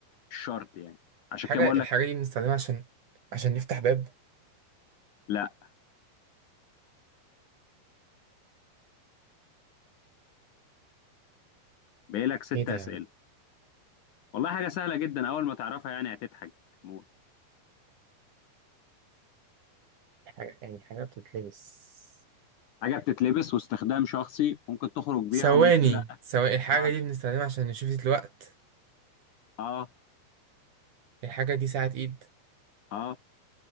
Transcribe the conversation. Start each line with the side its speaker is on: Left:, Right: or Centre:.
Left: مش شرط يعني عشان
Right: حاجة
Left: كده بقول لك
Right: الحاجة دي بنستخدمها عشان عشان نفتح باب
Left: لا باقي لك ست
Right: ايه ده
Left: اسئله
Right: يعني
Left: والله حاجه سهله جدا اول ما تعرفها يعني هتضحك موت.
Right: حاجة يعني حاجة بتتلبس
Left: حاجه بتتلبس واستخدام شخصي ممكن تخرج بيها
Right: ثواني
Left: وممكن لا
Right: ثواني الحاجة
Left: اه
Right: دي بنستخدمها عشان نشوف الوقت
Left: اه
Right: الحاجة دي ساعة ايد
Left: اه